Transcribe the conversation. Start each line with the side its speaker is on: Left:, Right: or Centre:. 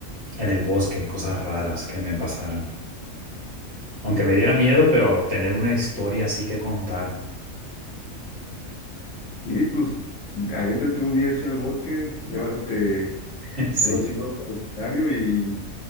Right: en el bosque, cosas raras que me pasaran. Aunque me diera miedo, pero tener una historia así que contar,
Left: Y pues, adéntrate un día hacia el bosque, llévate,
Right: <laughs> sí.
Left: sobre sí lo lo y